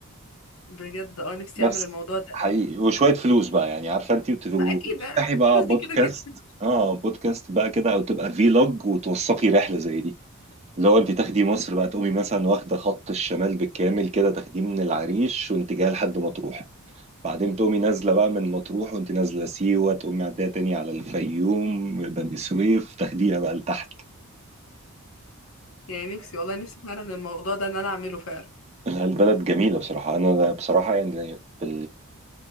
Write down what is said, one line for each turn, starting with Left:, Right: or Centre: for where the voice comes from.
Left: بجد اه نفسي
Right: بس
Left: اعمل الموضوع ده
Right: حقيقي
Left: قوي
Right: وشوية فلوس بقى يعني عارفة انت وت-
Left: ما اكيد
Right: وتفتحي
Left: آه،
Right: بقى
Left: الفلوس دي
Right: بودكاست
Left: كده كده
Right: اه بودكاست بقى كده او تبقى فيلوج وتوثقي رحله زي دي لو انت تاخدي مصر بقى تقومي مثلا واخده خط الشمال بالكامل كده تاخديه من العريش وانت جايه لحد مطروح بعدين تقومي نازله بقى من مطروح وانت نازله سيوه تقومي معديه تاني على الفيوم بني سويف تاخديها بقى لتحت
Left: يعني نفسي والله نفسي فعلا الموضوع ده ان انا اعمله فعلا
Right: لا، البلد جميله بصراحه انا بصراحه يعني في